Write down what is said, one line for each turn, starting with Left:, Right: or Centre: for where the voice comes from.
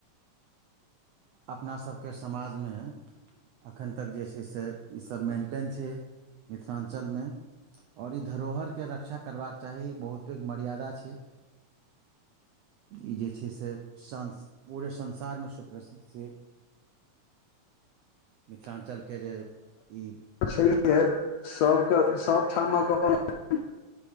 Right: अपनासभके समाजमे एखन तक जे छै। से ईसब मेन्टेन छै। मिथिलांचलमे ओर ई धरोहर के रक्षा करबाक चाही ई बहुत मर्यादा छै। ई जे छै से तऽ संसारभरिमे एहन अछि। प्रसिद्ध छै। मिथिलांचलके जे ई
Left: सह हइ सभके सभठामक अपन <unintelligible>